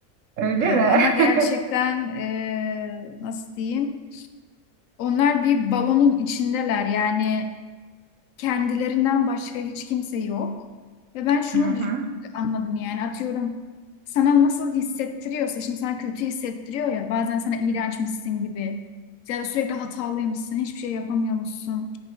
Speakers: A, on the right; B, on the left.
A: Öyle
B: Ee,
A: mi?
B: ama gerçekten
A: <laughs>
B: e, nasıl diyeyim? Onlar bir balonun içindeler. Yani kendilerinden başka hiç kimse yok. Ve ben şunu
A: Hı hı.
B: dü- anladım yani atıyorum sana nasıl hissettiriyorsa şimdi sana kötü hissettiriyor ya bazen sana iğrençmişsin gibi ya da sürekli hatalıymışsın hiçbir şey yapamıyormuşsun.